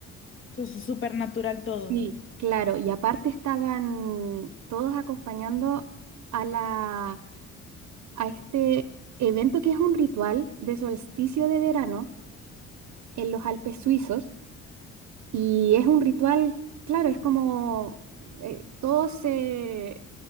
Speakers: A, on the left; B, on the right.
A: eso es súper natural todo.
B: Sí. Claro, y aparte estaban todos acompañando a la, a este evento que es un ritual de solsticio de verano en los Alpes suizos Y es un ritual, claro, es como eh, todos se,